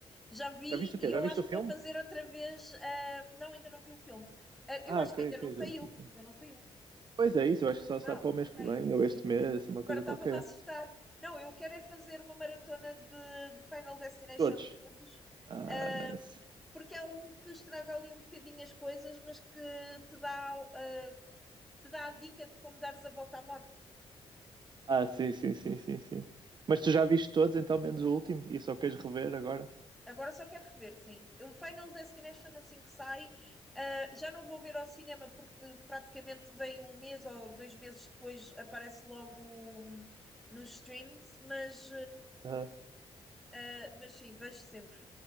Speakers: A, in the centre; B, on the right.
A: Já vi
B: Já viste o quê?
A: e eu
B: Já viste
A: acho
B: o
A: que
B: filme?
A: vou fazer outra vez. ah, não, ainda não vi o filme. Ah,
B: Ah,
A: eu acho
B: ok,
A: que ainda
B: ok,
A: não saiu.
B: já viste o filme.
A: Ainda não saiu.
B: Pois é isso, eu acho que só sai
A: Ah,
B: para o mês
A: ok.
B: que vem, ou este mês, assim, uma
A: Agora
B: coisa
A: estava-me
B: qualquer.
A: a assustar. Não, eu quero é fazer uma maratona de, de Final Destination
B: Todos.
A: todos.
B: Ah,
A: ah,
B: nice.
A: porque há um que estraga ali um bocadinho as coisas, mas que te dá, ah, te dá a dica de como dares a volta à morte.
B: Ah, sim, sim, sim, sim, sim. Mas tu já viste todos, então, menos o último, e só queres rever agora?
A: Agora só quero rever, sim. O Final Destination, assim que sai, ah, já não vou ver ao cinema porque praticamente vem um mês ou dois meses depois, aparece logo hum, nos streams, mas,
B: Aham.
A: ah, mas sim, vejo sempre.